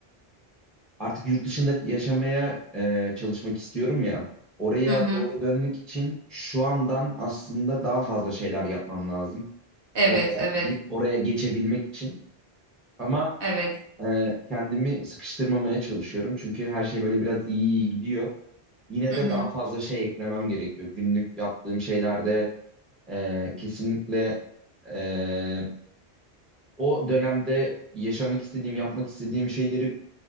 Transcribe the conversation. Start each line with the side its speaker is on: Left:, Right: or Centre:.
Centre: artık yurt dışında yaşamaya e, çalışmak istiyorum ya. Oraya
Right: Hı hı.
Centre: doğru dönmek için şu andan aslında daha fazla şeyler yapmam lazım.
Right: Evet,
Centre: Oraya
Right: evet,
Centre: ge- oraya geçebilmek için. Ama
Right: evet.
Centre: e, kendimi sıkıştırmamaya çalışıyorum. Çünkü her şey böyle biraz iyi iyi gidiyor. yine
Right: Hı
Centre: de
Right: hı.
Centre: daha fazla şey eklemem gerekiyor. Günlük yaptığım şeylerde e, kesinlikle e, o dönemde yaşamak istediğim, yapmak istediğim şeyleri